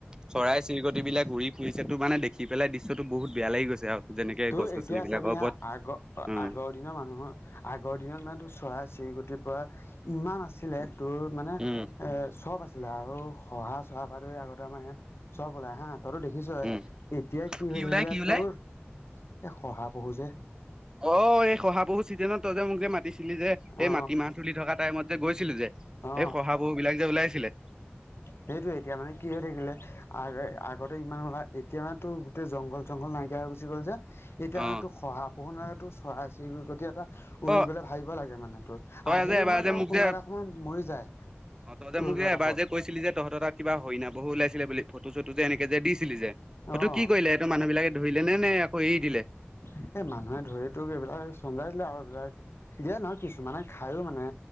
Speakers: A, on the right (about 15°); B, on the left (about 70°).
A: চৰাই, চিলগতি বিলাক উৰি ফুৰিছে তো মানে দে হেফলে দিশয়টো বহুত বেয়া লাগি গৈছে আৰু। যেনেকে
B: তই
A: গছ গছনি
B: এতিয়া
A: বিলাকৰ
B: চাবি
A: ওপৰত
B: হা আগ-আগত
A: উম।
B: আগ দিনৰ মানুহৰ আগৰ দিনত মানুহৰতো চৰাই, চিলগতি পৰা ইমান আছিলে। তেওঁৰ মানে। এ
A: উম
B: চব আছিলে আৰু কহা, চহা বাদতে আগতে আমাৰ যাত সব ওলাই হা তইতো দেখি চ।
A: উম
B: এতিয়া কি হৈ থাকিলে
A: ওলাই কি ওলাই?
B: তোৰ, এ শহা পহু যে
A: অ', এই শহা পহু ছিজনত তই যে মোকে যে মাতিছিলি যে
B: অ
A: এই মাটি মাহ তুলি থকা টাইমত যে, গৈছিলো যে।
B: অ অ
A: যে শহা পহু বিলাক যে ওলাইছিলে।
B: সেইটো এতিয়া মানে কি হৈ থাকিলে আগ-আগতে ইমান ওলাই এতিয়া মানে তেওঁৰ গোটেই জংঘল। জংঘল নাইকিয়া হৈ গুচি গল যে, এতিয়া
A: অ
B: মানে তোৰ শহা পুহু নে তোৰ চৰাই, চশিলগুটি এটা উৰিবলৈ
A: অ
B: ভাবিব লাগে মানে তোৰ
A: তই
B: আহিলেও
A: যে এবাৰ
B: মানে
A: যে
B: তেওঁৰ
A: মোক
B: কোনোবা
A: যে
B: এটা সময় মৰি যায়।
A: অ', তই যে
B: ৰ'দৰ
A: মোক যে
B: তাপত
A: এবাৰ যে কৈছিলি যে, তহঁতৰ তাত কিবা হৰিণা বহু ওলাইছিলে বুলি, ফটো চটো যে এনেকে যে দিছিলি যে। তটো
B: অঁ
A: কি কৰিলে সেইটো মানুহ বিলাকে ধৰিলে নে নে আকৌ এৰি দিলে।
B: এ মানুহে ধৰি তোক এইবিলাক চঞ্জাই দিলে আৰু এইবিলাক। দিয়া নহয় কিছুমানে খায়ো মানে।